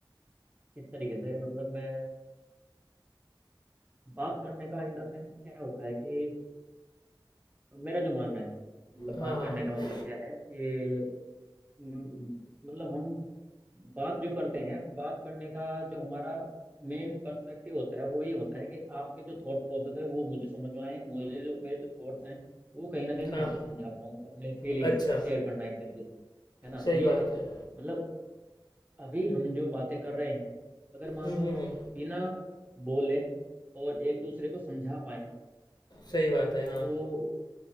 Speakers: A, on the right; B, on the left.
A: इस तरीके से मतलब मैं बात करने का इन द सेंस क्या होता है कि मेरा जो मानना है मतलब
B: हाँ
A: बात
B: हाँ
A: करने का मतलब क्या है कि म- मतलब हम बात जो करते हैं बात करने का जो हमारा मेन पर्सपेक्टिव होता है वो ये होता है कि आपके जो थॉट प्रोसेस है वो मुझे समझ में आए मुझे जो मेरे जो थॉट्स हैं वो कहीं ना कहीं
B: हाँ
A: मैं आपको समझा पाऊँ अपने फीलिंग्स
B: अच्छा
A: को शेयर करना एक तरीके से है ना
B: सही
A: ये
B: बात है
A: मतलब अभी हम जो बातें कर रहे हैं अगर मान
B: हम्म
A: लो
B: हम्म
A: हम
B: हम्म,
A: बिना बोले और एक दूसरे को समझा पाए
B: सही बात है हाँ
A: तो